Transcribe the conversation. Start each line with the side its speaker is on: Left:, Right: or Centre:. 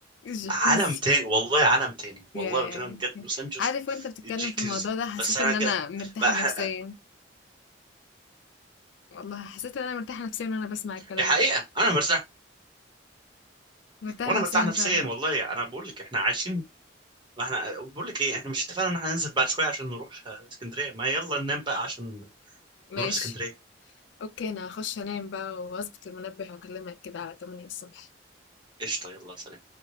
Left: الجاكوزي
Right: عالم تاني والله عالم تاني والله
Left: ياه!
Right: بكلمك بجد لوس انجلوس
Left: عارف وأنت بتتكلم
Right: الجاكوزي
Left: في الموضوع ده حسيت
Right: بس انا
Left: إن
Right: كده
Left: أنا مرتاحة
Right: بقى-
Left: نفسيًا والله حسيت إن أنا مرتاحة نفسيًا وأنا بسمع الكلام
Right: دي حقيقه
Left: ده
Right: انا مرتاح
Left: مرتاحة
Right: وانا
Left: نفسيًا
Right: مرتاح نفسيا
Left: فعلًا
Right: والله انا بقول لك احنا عايشين ما احنا بقول لك ايه احنا مش اتفقنا ان احنا ننزل بعد شويه عشان نروح آه، اسكندريه ما يلا ننام بقى عشان
Left: ماشي
Right: نروح اسكندريه
Left: أوكي أنا هخش أنام بقى وأظبط المنبه وأكلمك كده على 8 الصبح
Right: قشطه يلا سلام